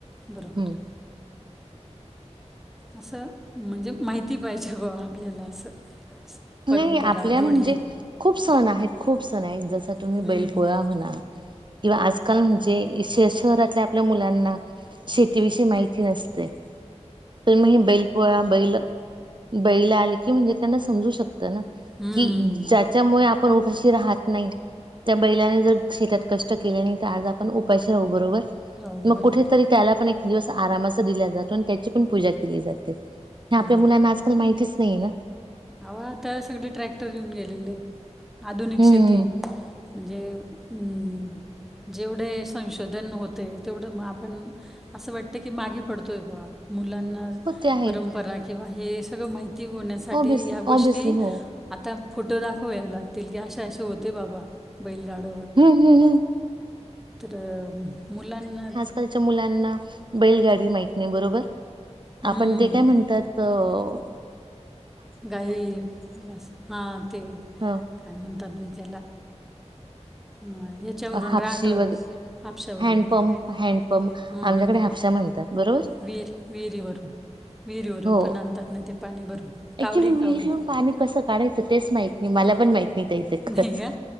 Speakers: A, in the centre; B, on the right.
A: बरोबर.
B: हम्म.
A: असं, म्हणजे माहिती पाहिजे बा आपल्याला असं.
B: नाही
A: परंपरा
B: आपल्या
A: रूढी
B: म्हणजे खूप सण आहेत, खूप सण आहेत जस तुम्ही
A: हम्म
B: बैलपोळा म्हणा किंवा आजकाल म्हणजे श शहरातल्या आपल्या मुलांना शेतीविषयी माहिती नसते तर मग हे बैल पोळा बैल बैलं आलं की म्हणजे त्यांना समजू शकतं ना
A: हम्म.
B: कि ज्याच्यामुळे आपणं उपाशी राहत नाही त्या बैलान जर शेतात कष्ट केले नाही तर आज आपण उपाशी राहू बरोबर
A: बरोबर हो
B: मग
A: बरोबर
B: कुठेतरी
A: आहे.
B: त्याला पण दिवस आरामाचा दिला जातो आणि त्याची पण पूजा केली जाते
A: जाते. खरं
B: आपल्या
A: आहे.
B: मुलांना आज माहितीच नाहीये ना.
A: अहो आता सगळे ट्रॅक्टर घेऊन गेलेलेत आधुनिक
B: हम्म
A: शेती म्हणजे हम्म, जेवढे संशोधन होतेय तेवढं मग आपण असं वाटतं की मागे पडतोय बा मुलांना
B: हो ते आहे
A: परंपरा किंवा हे सगळ माहिती होण्यासाठी
B: ऑबियसली
A: या गोष्टी
B: ऑबियसली हो
A: आता फोटो दाखवया लागतील की असे, असे होते बाबा बैलगाड
B: हम्म, हम्म, हम्म.
A: तर मुलांना
B: आज कालच्या मुलांना बैलगाडी माहीत नाही बरोबर
A: हम्म,
B: आपण ते काय म्हणतात हो.
A: गाई म्हस हा ते,
B: ह
A: काय म्हणतात बाई त्याला? माहित चौरग
B: हापशी
A: राहत
B: वगैरे
A: हाफशावरून
B: हँडपंप
A: ना हॅन्ड पंप
B: हँडपंप
A: हम्म,
B: आमच्याकडे
A: हम्म.
B: हापशा म्हणतात बरोबर
A: विहीर विहीरीवरून, विहिरीवरून
B: हो
A: पण आणतात ना ते पाणी भरून. कावडी
B: ऍक्च्युली विहिरी
A: कावडी
B: हुन पाणी कसं काढायचं तेच माहित नाही मला. पण माहीत नाही ताई ते
A: नाही
B: खरंच,